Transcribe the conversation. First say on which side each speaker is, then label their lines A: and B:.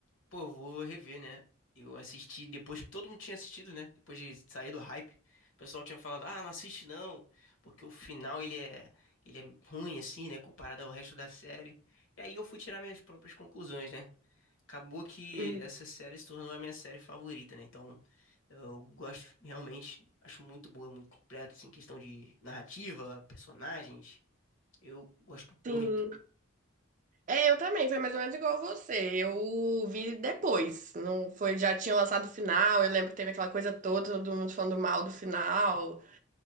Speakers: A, on the left (about 65°); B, on the right (about 35°).
A: Pô, eu vou rever, né? Eu assisti depois que todo mundo tinha assistido, né? Depois de sair do hype, o pessoal tinha falado: ah, não assiste não, porque o final ele é, ele é ruim assim, né? Comparado ao resto da série. E aí eu fui tirar minhas próprias conclusões, né? Acabou que
B: Hum,
A: essa série se tornou a minha série favorita, né? Então, eu gosto realmente, acho muito boa, muito completa, assim, questão de narrativa, personagens. Eu gosto
B: Sim.
A: muito.
B: É, eu também, foi mais ou menos igual você. Eu vi depois, não foi, já tinha lançado o final, eu lembro que teve aquela coisa toda, todo mundo falando mal do final.